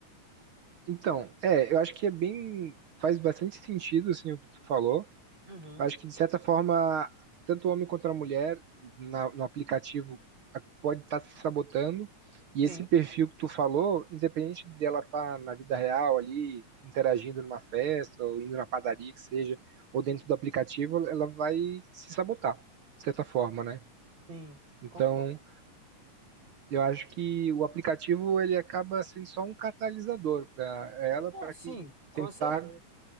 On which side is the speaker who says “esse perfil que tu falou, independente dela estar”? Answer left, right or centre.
Right